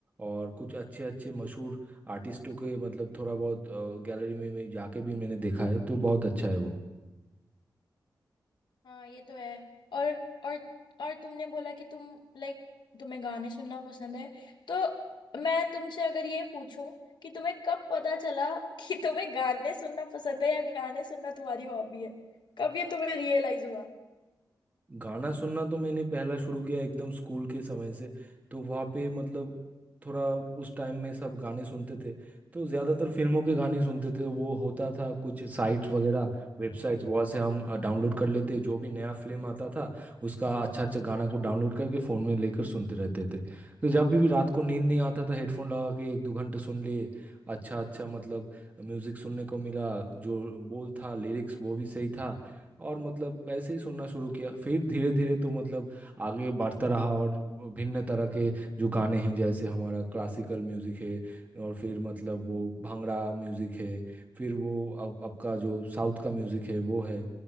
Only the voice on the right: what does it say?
और कुछ अच्छे अच्छे मशहूर आर्टिस्टों के मतलब थोड़ा बहुत गैलरी में मैं जाके भी मैंने देखा है तो बहुत अच्छा है वो
गाना सुनना तो मैंने पहला शुरू किया एकदम स्कूल के समय से तो वहाँ पे मतलब थोड़ा उस टाइम में सब गाने सुनते थे तो ज़्यादातर फिल्मों के गाने सुनते थे वो होता था कुछ साइट्स वगैरह वेबसाइट्स वहाँ से हम डाउनलोड कर लेते जो भी नया फिल्म आता था उसका अच्छा अच्छा गाना को डाउनलोड करके फ़ोन में लेकर सुनते रहते थे तो जब भी, भी रात को नींद नहीं आता था हेडफोन लगा के एक दो घंटे सुन लिए अच्छा अच्छा मतलब म्यूज़िक सुनने को मिला जो बोल था लिरिक्स वो भी सही था और मतलब ऐसे ही सुनना शुरू किया फिर धीरे धीरे तो मतलब आगे बढ़ता रहा और भिन्न तरह के जो गाने हैं जैसे हमारा क्लासिकल म्यूजिक है और फिर मतलब वो भांगड़ा म्यूजिक है फिर वो अब आपका जो साउथ का म्यूजिक है वो है